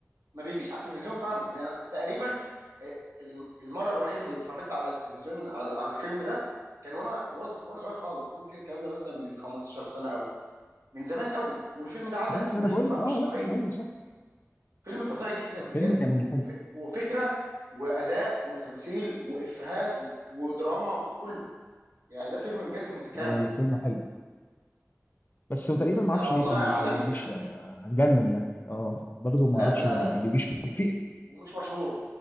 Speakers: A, on the right; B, on the left.
A: ما بيجيش على التلفزيون فعلا يعني تقريبا اه، الم- المره الوحيده اللي اتفرجت على التلفزيون على على الفيلم ده كان وانا وز- وانا صغير خالص ممكن الكلام ده مثلا من 15 سنه او من زمان قوي والفيلم ده علق
B: لا،
A: في
B: ما
A: دماغي
B: انا بقول
A: بطريقه
B: لك اه
A: مش طبيعيه
B: لا ايوه صح
A: فيلم فظيع جدا
B: الفيلم
A: بجد
B: كان
A: و- وف-
B: حلو
A: وفكره واداء وتمثيل وافيهات و- ودراما وكله يعني ده فيلم بجد متكامل
B: اه لا فيلم حلو بس
A: ن-
B: هو تقريبا
A: انت
B: ما اعرفش
A: والله
B: ليه ما,
A: عالمي
B: بي... ما بيجيش
A: يعني
B: يعني آه، هتجنن يعني اه برضه ما
A: لا
B: اعرفش
A: لا
B: ما, بي...
A: لا
B: ما بيجيش كتير في
A: ومش مشهور